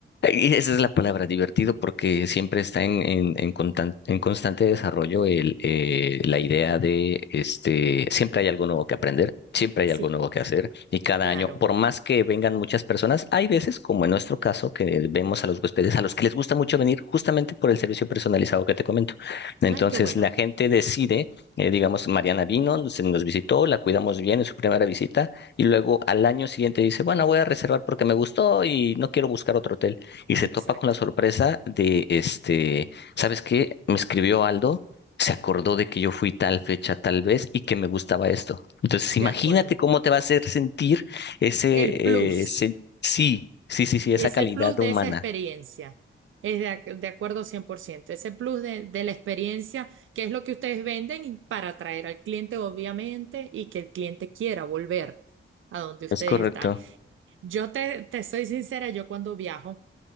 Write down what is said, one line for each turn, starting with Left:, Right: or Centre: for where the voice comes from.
Left: Y esa es la palabra, divertido, porque siempre está en, en, en, contan- en constante desarrollo el, eh, la idea de, este, siempre hay algo nuevo que aprender, siempre hay
Right: Sí,
Left: algo nuevo que hacer, y cada
Right: claro.
Left: año, por más que vengan muchas personas, hay veces, como en nuestro caso, que vemos a los huéspedes a los que les gusta mucho venir justamente por el servicio personalizado que te comento. Entonces,
Right: Ay, qué bueno.
Left: la gente decide, eh, digamos, Mariana vino, nos, nos visitó, la cuidamos bien en su primera visita, y luego al año siguiente dice, bueno, voy a reservar porque me gustó y no quiero buscar otro hotel y se topa
Right: Exacto,
Left: con la sorpresa de, este, ¿sabes qué? Me escribió Aldo, se acordó de que yo fui tal fecha, tal vez, y que me gustaba esto. Entonces, imagínate
Right: de acuerdo.
Left: cómo te va a hacer sentir ese,
Right: El
Left: eh,
Right: plus,
Left: ese- sí, sí, sí, sí,
Right: ese
Left: esa calidad
Right: plus de
Left: humana.
Right: esa experiencia, es de, ac- de acuerdo 100%. Ese plus de, de la experiencia, que es lo que ustedes venden y para atraer al cliente, obviamente, y que el cliente quiera volver a donde ustedes
Left: Es correcto.
Right: están. Yo te, te soy sincera, yo cuando viajo,